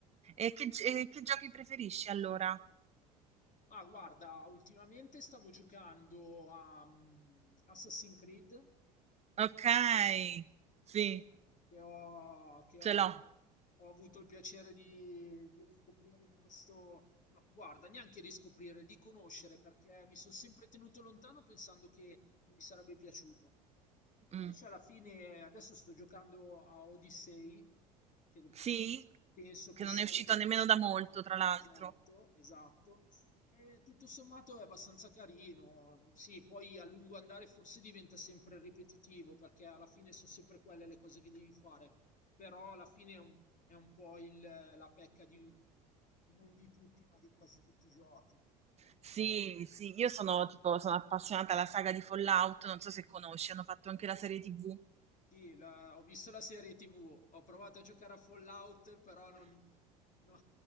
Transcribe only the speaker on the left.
Ah, guarda, ultimamente stavo giocando a mm, Assassin's Creed,
che ho, che ho-
ho avuto il piacere di, di riscoprire in questo... no, guarda, neanche riscoprire, di conoscere, perché mi sono sempre tenuto lontano pensando che non mi sarebbe piaciuto. Invece
alla fine, adesso sto giocando a Odyssey, che
penso
che
sia
l'ultimo.
Esatto, esatto. E tutto sommato è abbastanza carino. Sì, poi a lungo andare forse diventa sempre ripetitivo, perché alla fine sono sempre quelle le cose che devi fare. Però alla fine è un, è un po' il- la pecca di, non di tutti, ma di quasi tutti i giochi.
Sì, la- ho visto la serie TV, ho provato a giocare a Fallout, però non, no,